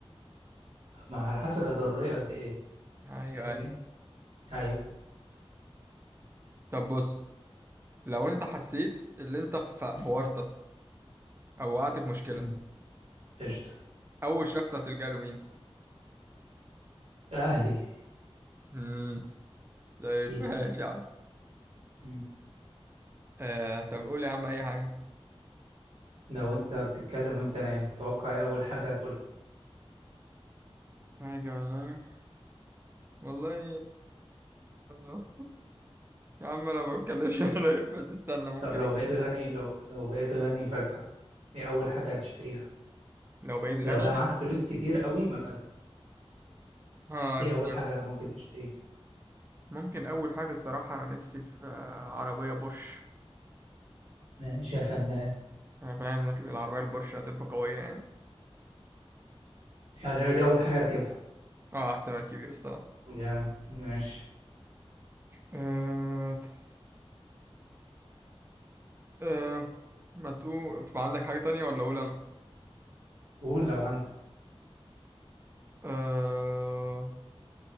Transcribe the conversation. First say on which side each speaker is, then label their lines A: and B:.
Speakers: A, on the right; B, on the right.
A: ما على حسب هي ضرورية قد إيه
B: ايوه
A: فاهمني
B: ايوه
A: أيوه
B: طب بص لو انت حسيت اللي انت في
A: امم
B: في ورطه او وقعت في مشكله
A: امم قشطة
B: اول شخص هتلجأ له مين
A: أهلي
B: امم طيب
A: أكيد
B: <laughs> ماشي
A: يعني
B: يا عم
A: امم
B: آه طب قول يا عم اي حاجه
A: لو أنت بتتكلم وأنت نايم تتوقع إيه أول حاجة هتقولها
B: حاجه ولا والله آه، يا عم انا ما بتكلمش <laughs> انا بس استنى ممكن
A: طب لو
B: أقول.
A: بقيت غني لو لو بقيت غني فجأة إيه أول حاجة هتشتريها
B: لو بقيت غني
A: لو بقى معاك فلوس كتير قوي مثلا
B: اه
A: إيه
B: استنى
A: أول حاجة ممكن تشتريها
B: ممكن اول حاجه الصراحه انا نفسي في آه، عربيه بورش
A: ماشي يا فنان
B: انا فاهم إن العربيه البورش هتبقى قويه يعني
A: يعني دي أول حاجة هتجيبها
B: اه احتمال كبير الصراحه
A: جامد ماشي
B: آه تس- آه ما تقول عندك حاجه تانية ولا اقول انا
A: قول لو عندك
B: آه...